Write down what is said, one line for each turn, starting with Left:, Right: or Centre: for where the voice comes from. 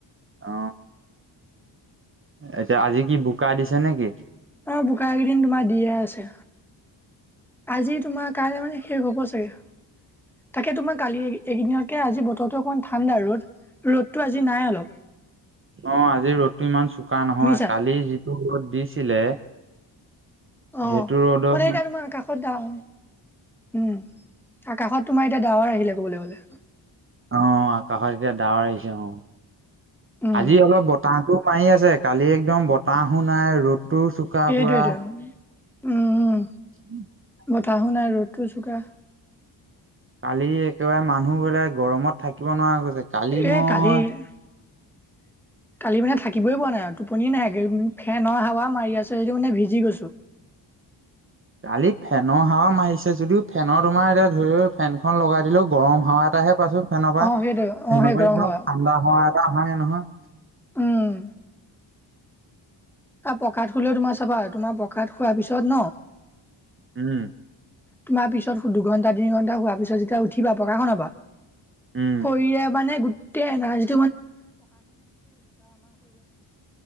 Right: অ এতিয়া আজি কি বোকা দিছে নেকি?
Centre: অ বোকা একেইদিন তোমাৰ দিয়ে আছে। আজি তোমাৰ কাইলে মানে শেষ হ'ব চাগে তাকে তোমাক। কালি এইকেইদিনতকে আজি বতৰো অকমান ঠাণ্ডা ৰ'দ ৰ'দটো আজি নাই অলপ।
Right: অ আজি ৰ'দটো ইমান চোকা নহয়
Centre: শুনিছা?
Right: কালি যিটো ৰ'দ দিছিলে।
Centre: অহ
Right: সেইটো ৰ'দত
Centre: মানে এতিয়া তোমাৰ কাষত দা হল। উম আকাশত তোমাৰ এতিয়া ডাৱৰ আহিলে ক'বলৈ গলে।
Right: অ আকাশত এতিয়া ডাৱৰ আহিছে অ
Centre: উম
Right: আজি অলপ বতাহ। তো মা ই আছে কালি একদম বতাহো নাই ৰ'দটো চোকা
Centre: সেইটোৱেতো
Right: পুৰা।
Centre: উম।
Right: <unintelligible>
Centre: বতাহো নাই ৰ'দটোও চোকা।
Right: কালি একেবাৰে মানুহ বিলা গৰমত থাকিব নোৱাৰা গৈছে কালি
Centre: এই
Right: মই।
Centre: কালি <unintelligible> কালি মানে থাকিবই পআ নাই আও টোপনিয়ে নাই একে ফেনৰ হাৱা মাৰি আছে যদিও মানে ভিজি গৈছো। <unintelligible>
Right: কালি ফেনৰ হাৱা মাৰিছে যদিও ফেনৰ তোমাৰ এতিয়া ধৰিও ফেনখন লগাই দিলেও গৰম হাৱা এটাহে পাছোত ফেনপা
Centre: অ সেইটো অ
Right: ফেনৰ
Centre: সেই
Right: পৰা
Centre: গৰম
Right: একদম
Centre: হাৱা
Right: ঠাণ্ডা হাৱা এটা আহা নাই নহয়।
Centre: উম আ পকাত শুলেও তোমাৰ চাবা তোমাৰ পকাত শুৱাৰ পিছত ন
Right: উম
Centre: তোমাৰ পিছত দুঘণ্টা তিনি ঘণ্টা হোৱাৰ পিছত যেতিয়া উঠিবা পকা খনৰ পা
Right: উম
Centre: শৰীৰে মানে গোট টে এলাৰ্জি